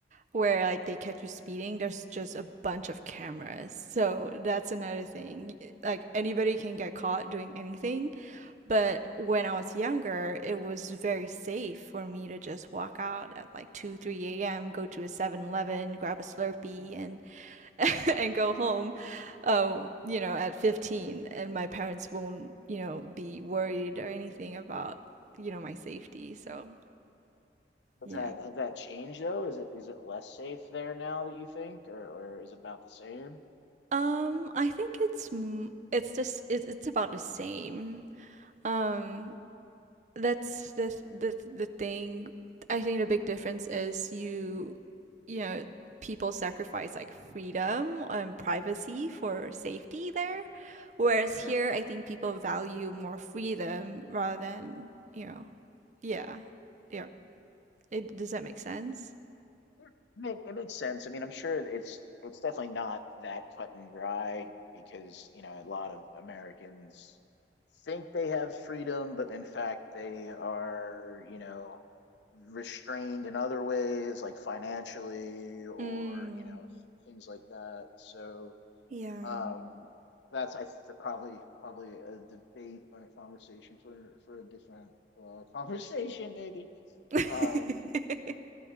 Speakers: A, on the right; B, on the left.
A: where like they catch you speeding, there's just a bunch of cameras. So that's another thing. Like anybody can get caught doing anything. But when I was younger, it was very safe for me to just walk out at like 2, 3 a.m., go to a Seven Eleven, grab a Slurpee, and <laughs> and go home, um, you know, at 15, and my parents won't, you know, be worried or anything about, you know, my safety. So,
B: Has
A: yeah.
B: that has that changed though? Is it is it less safe there now that you think, or or is it about the same?
A: Um, I think it's m- it's just it's, it's about the same. Um, that's the the the thing. I think the big difference is you you know people sacrifice like freedom and privacy for safety there, whereas
B: Okay.
A: here I think people value more freedom rather than you know yeah yeah. It does that make sense?
B: Yeah, It, make- it makes sense. I mean, I'm sure it's it's definitely not that cut and dry because, you know, a lot of Americans think they have freedom, but in fact they are, you know, restrained in other ways, like financially or,
A: Mm,
B: you know, things like that. So,
A: yeah.
B: Um, that's I th- probably probably a debate or a conversation for for a different uh, <laughs> conversation maybe.
A: <laughs>
B: Um,